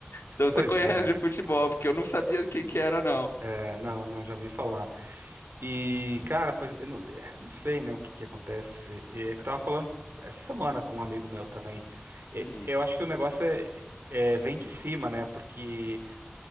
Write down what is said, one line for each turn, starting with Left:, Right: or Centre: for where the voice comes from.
Left: Então você
Right: Pois
Left: <laughs> conhece
Right: é.
Left: de futebol, porque eu não sabia quem que era, não.
Right: É, não, não, já ouvi falar. E, cara, pois, eu não, é, não sei, né, o que que acontece. É, é que eu tava falando essa semana com um amigo meu também. É,
Left: Uhum.
Right: eu acho que o negócio é, é, vem de cima, né? Porque